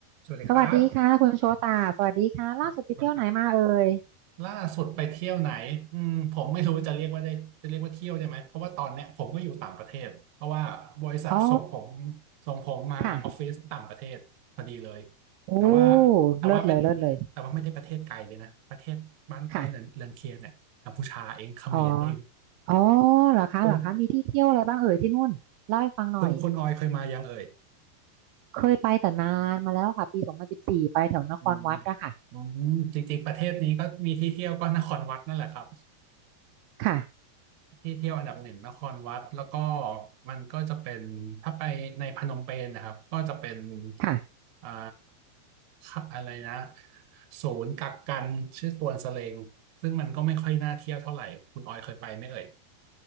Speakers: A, on the right (about 65°); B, on the right (about 80°).
A: สวัสดีครับ
B: สวัสดีค่ะคุณโชตาสวัสดีค่ะล่าสุดไปเที่ยวไหนมาเอ่ย
A: ครับสวัสดีครับล่าสุดไปเที่ยวไหนอืมผมไม่รู้จะเรียกว่าได้จะเรียกว่าเที่ยวได้ไหมเพราะว่าตอนเนี้ยผมก็อยู่ต่างประเทศเพราะว่าบริษัทส่งผม
B: อ๋อ
A: ส่งผมมาออฟฟิศต่างประเทศพอดีเลย
B: ค่ะโอ้
A: แต่ว่าแต่ว่าไม่
B: เลิศเลยเลิศเลย
A: แต่ว่าไม่ได้ประเทศไกลเลยนะประเทศบ้านใกล้เรือนเรือนเคียงเนี่ยกัมพูชาเองเขมรเอง
B: ค่ะอ๋ออ๋อเหรอคะเหรอคะมีที่เที่ยวอะไรบ้างเอ่ยที่นู่นเล่าให้ฟังหน่อย
A: คุณคุณคุณออยเคยมายังเอ่ย
B: เคยไปแต่นานมาแล้วค่ะปีสองพันสิบสี่ไปแถวนครวัดอะค่ะ
A: อืมอืมจริงๆประเทศนี้ก็มีที่เที่ยวก็นครวัดนั่นแหละครับ
B: ค่ะ
A: ที่เที่ยวอันดับหนึ่งนครวัดแล้วก็มันก็จะเป็นถ้าไปในพนมเปญนะครับก็จะเป็น
B: ค่ะ
A: อ่าค่ะอะไรนะศูนย์กักกันชื่อตวนสเลงซึ่งมันก็ไม่ค่อยน่าเที่ยวเท่าไหร่คุณออยเคยไปไหมเอ่ย